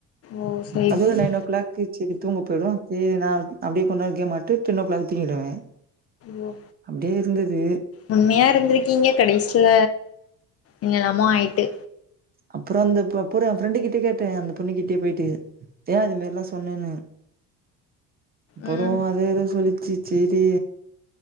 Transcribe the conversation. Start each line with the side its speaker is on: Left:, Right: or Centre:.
Left: ஓ சேரி
Right: அது ஒரு
Left: சேரி
Right: நைன் ஓ கிளாக் கு செரி தூங்க போயிடு செரி நா அப்டியே கொண் நேரோ கேம் ஆடிட்டு டென் ஓ க்ளாக் தூங்கிடுவே
Left: ஓ
Right: அப்டியே இருந்தது
Left: உண்மையா இருந்துருக்கீங்க கடைசியில என்னென்னமோ ஆயிட்டு
Right: அப்றோ அந்த ப அப்றோ எ ஃப்ரெண்டு கிட்டே கேட்டே அந்த பொண்ணிக்கிட்டயே போய்ட்டு ஏ அது மாரிலா சொன்னனு அப்றோ
Left: ம்
Right: அது ஏதோ சொல்லுச்சு சேரி